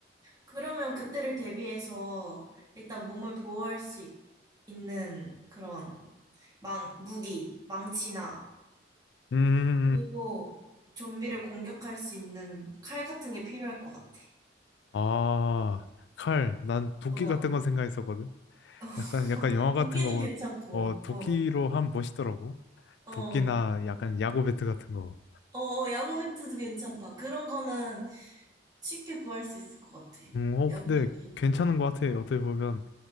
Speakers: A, on the right; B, on the left.
A: 그러면 그때를 대비해서 일단 몸을 보호할 수 있, 는 그런 망, 무기, 망치나,
B: 음,
A: 그리고 좀비를 공격할 수 있는 칼 같은 게 필요할 것 같아.
B: 아, 칼. 난 도끼
A: 어.
B: 같은 건 생각했었거든.
A: <laughs>
B: 약간, 약간 영화 같은
A: 도끼도
B: 거,
A: 괜찮고,
B: 보- 어, 도끼로
A: 어,
B: 하면 멋있더라고.
A: 어,
B: 도끼나
A: 어,
B: 약간 야구 배트 같은 거.
A: 어, 야구 배트도 괜찮다. 그런 거는 쉽게 구할 수 있을 것 같아.
B: 음, 어,
A: 야구
B: 근데
A: 배트 같은
B: 괜찮은
A: 거.
B: 것 같아. 어떻게 보면,